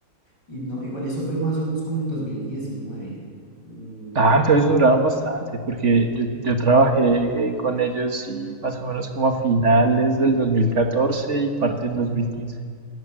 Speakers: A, on the left; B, on the right.
A: y no, igual eso fue más o menos como el 2019. Mm,
B: Ah, entonces duraron bastante, porque yo, yo trabajé con ellos y más o menos como a finales del 2014 y parte del 2015.